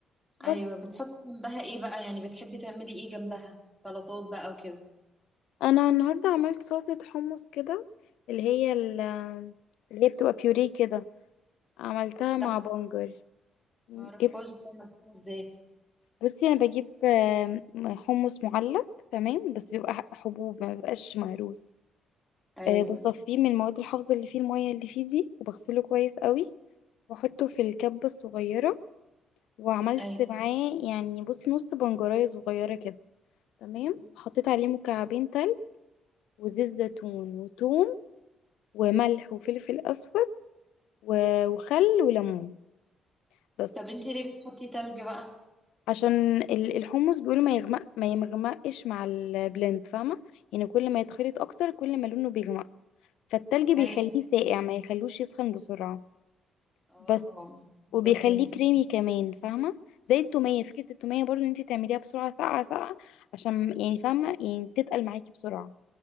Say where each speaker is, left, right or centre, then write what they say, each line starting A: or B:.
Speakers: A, on the left (about 80°); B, in the centre.
A: بس
B: ايوه بتحطي جنبها ايه بقى يعني بتحبي تعملي ايه جنبها سلطات بقى وكده
A: أنا النهاردة عملت سلطة حمص كده اللي هي ال- اللي هي بتبقى بيوريه كده عملتها
B: لا
A: مع بنجر
B: ما اعرفهاش
A: جبت
B: دي عملتيها ازاي
A: بصي أنا بجيب آم، حمص معلب تمام بس بيبقى ح- حبوب ما بيبقاش مهروس
B: ايوه
A: آه، بصفيه من المواد الحافظة اللي فيه المية اللي فيه دي وبغسله كويس قوي واحطه في الكبة الصغيرة وعملت
B: ايوه
A: معاه يعني بصي نص بنجرية صغيرة كده تمام
B: مم.
A: حطيت عليه مكعبين تلج وزيت
B: مم.
A: زيتون وتوم وملح
B: مم.
A: وفلفل أسود و- وخل وليمون بس
B: طب انتي ليه بتحطي تلج بقى
A: عشان ال- الحمص بيقولوا ما يغمق ما يمغمقش مع البلند فاهمة يعني كل ما يتخلط أكتر كل ما لونه بيغمق فالتلج بيخليه
B: ايوه
A: ساقع ما يخلوش يسخن بسرعة
B: اه
A: بس وبيخليه
B: ايوه فهمت
A: كريمي كمان فاهمة زي التومية فكرة التومية برضو ان انت تعمليها بسرعة ساقعة ساقعة عشان يعني فاهمة يعني تتقل معاكي بسرعة